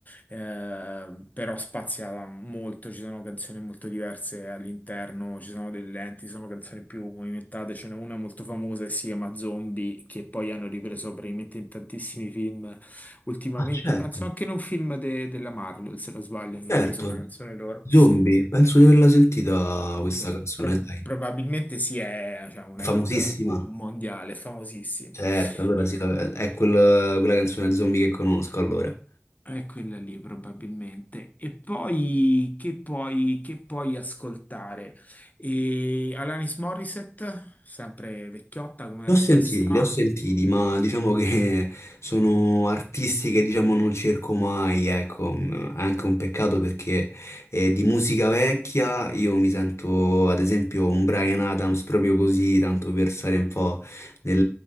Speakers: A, on the left (about 35°); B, on the left (about 90°).
A: eh, però spazia molto. Ci sono canzoni molto diverse all'interno, ci sono delle lenti, ci sono canzoni più movimentate. Ce n'è una molto famosa che si chiama Zombie, che poi hanno ripreso praticamente in tantissimi film ultimamente.
B: Ah, certo,
A: Penso anche in un film de- della Marvel, se non sbaglio, hanno
B: certo.
A: ripreso una canzone loro.
B: Zombie, penso di averla sentita questa
A: Insomma,
B: canzone,
A: pro-
B: sai.
A: probabilmente sì, è cioè, una
B: È famosissima.
A: hit mo- mondiale, famosissima.
B: Certo, allora
A: E,
B: sì, è quel- quella canzone zombie che conosco, allora.
A: è quella lì probabilmente. E poi che puoi, che puoi ascoltare? E Alanis Morissette, sempre vecchiotta come artista.
B: Li ho sentiti, li ho sentiti, ma diciamo che <laughs> sono artisti che diciamo non cerco mai, ecco, mm, è anche un peccato perché eh, di musica vecchia io mi sento ad esempio un Bryan Adams proprio così, tanto per stare un po' nel,